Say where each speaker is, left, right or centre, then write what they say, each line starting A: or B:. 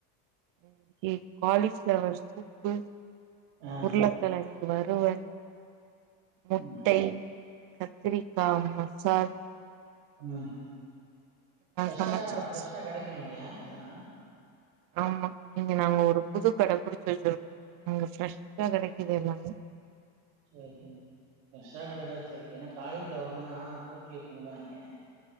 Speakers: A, on the right; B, on the right.
A: இன்னிக்கு காலி பிளவர் சூப்பு
B: ஆ
A: உருளக்கெழங்கு வருவள் முட்டை
B: ம்
A: கத்திரி ஆமா சார்
B: ம் ஃப்ரெஷ்ஷா
A: சமச்சாச்சு
B: ஃப்ரெஷ்ஷா கெடைக்கு இங்க எல்லா
A: ஆமா இங்க நாங்க ஒரு புது கட புடுச்சு வெச்சுருக்கோ அங்க ஃப்ரெஷ்ஷா கெடைக்குது எல்லாமே
B: சேரி ஃப்ரெஷ்ஷா கெடச்சா சேரி ஏன்னா காளி பிளவர் எல்லன்னா பூச்சி இருக்குன்னு வாங்கே